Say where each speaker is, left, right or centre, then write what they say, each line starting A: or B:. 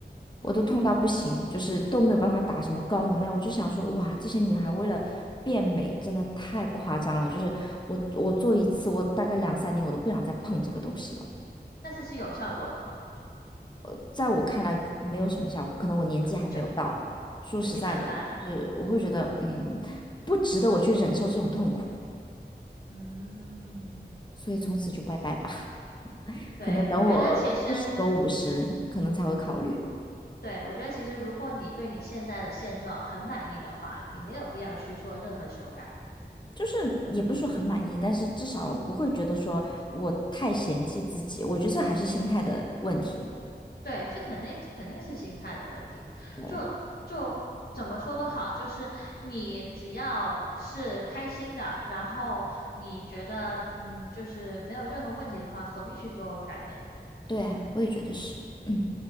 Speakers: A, on the left; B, on the left.
A: 嗯，
B: 我都痛到不行，就是都没有办法打什么高能量。我就想说，哇，这些女孩为了变美，真的太夸张了。就是我我做一次，我大概两三年我都不想再碰这个东西了。
A: 但是是有效果的嘛，
B: 呃，在我看来没有什么效果，可能我年纪还没有到。
A: 就就
B: 说实在的，
A: 就一般般，
B: 就是我会觉得，嗯，不值得我去忍受这种痛苦，
A: 嗯，
B: 所以从此就拜拜吧。<laughs>
A: 对，
B: 可能等我四十多五十，
A: 我觉得其实，
B: 五十可能才会考虑。
A: 对，我觉得其实如果你对你现在的现状很满意的话，你没有必要去做任何修改。
B: 就是也不是说很满意，但是至少不会觉得说我太嫌弃自己。我觉得这还是心态的问题。
A: 对，这肯定肯定是心态的问题。
B: 对，
A: 就就怎么说都好，就是你只要是开心的，然后你觉得嗯，就是没有任何问题的话，何必去做改变呢？
B: 对，我也觉得是。嗯，